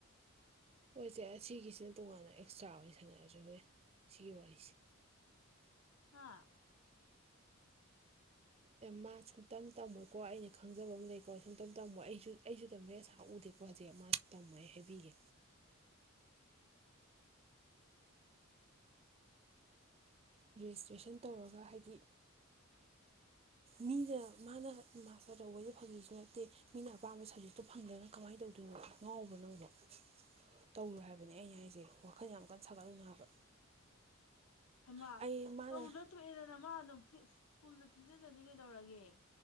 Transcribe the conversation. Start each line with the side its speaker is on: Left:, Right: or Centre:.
Right: ꯍꯣꯏꯁ‌ꯦ ꯑꯁꯤꯒꯤꯁꯤꯅ ꯇꯣꯉꯥꯟꯅ ꯑꯦꯛꯁꯇ꯭ꯔꯥ ꯑꯣꯏꯅ ꯁꯥꯟꯅꯔꯁ‌ꯦ ꯍꯣꯔꯦꯟ ꯁꯤꯒꯤ ꯋꯥꯔꯤꯁꯦ
Left: ꯍꯥꯥ
Right: ꯃꯥ ꯁꯨꯡꯇꯝ ꯇꯝꯃꯣꯏꯀꯣ ꯑꯩꯅ ꯈꯪꯖꯕ ꯑꯃ ꯂꯩꯀꯣ ꯁꯨꯡꯇꯝ ꯇꯝꯃꯣꯏ ꯑꯩꯁꯨ ꯑꯩꯁꯨ ꯇꯝꯕꯩ ꯑꯁꯥ ꯎꯗꯦꯀꯣ ꯍꯧꯖꯤꯛ ꯃꯥ ꯇꯝꯃꯣꯏ ꯍꯥꯏꯕꯤꯒꯦ ꯔꯦꯖꯤꯁꯇ꯭ꯔꯦꯁꯟ ꯇꯧꯔꯒ ꯍꯥꯏꯗꯤ
Left: <inaudible>
Right: ꯃꯤꯅ ꯃꯥꯅ ꯃꯥꯁꯇꯔ ꯇꯧꯕꯩꯁꯦ ꯐꯪꯒꯤꯁꯨ ꯅꯠꯇꯦ ꯃꯤꯅ ꯑꯄꯥꯝꯕ ꯁꯕꯖꯦꯛꯇꯣ ꯐꯪꯗꯅ ꯀꯃꯥꯏꯅ ꯇꯧꯗꯣꯏꯅꯣ ꯉꯥꯎꯕꯔ‌ꯣ ꯅꯪꯕ‌ꯣ ꯇꯧꯔ‌ꯣꯏ ꯍꯥꯏꯕꯅꯦ ꯑꯩꯅ ꯍꯥꯏꯁꯦ ꯋꯥꯈꯜ ꯌꯥꯝ ꯀꯟꯅ ꯁꯥꯒꯠꯂꯨꯅ‌ꯣ ꯍꯥꯕ
Left: ꯍꯩꯃ
Right: ꯑꯩ ꯃꯥꯅ
Left: ꯇꯧꯗꯔ ꯇꯣꯛꯑꯦꯗꯅ ꯃꯥ ꯑꯗꯨꯝ ꯐꯔꯤ ꯐꯨꯜꯅꯗ ꯊꯤꯖꯖꯅꯤ ꯀꯩꯗꯧꯔꯒꯦ